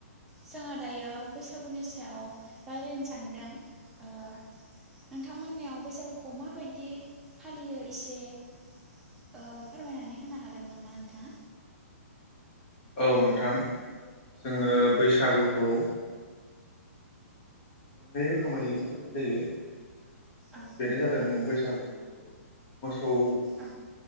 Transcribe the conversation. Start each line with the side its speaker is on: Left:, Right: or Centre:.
Centre: जोङो दायो बैसागुनि सायाव रायज्लायनो सानदों नोंथांमोननियाव बैसागुखौ माबायदि फालियो एसे ओ फोरमायनानै होनो हागोन नामा नोंथाङा
Left: औ नोंथां जोङो
Centre: औ
Left: बैसागु खौ मोननै रोखोमै फालिनाय जायो
Centre: औ
Left: बेनो जादों बैसागु मोसौ
Centre: औ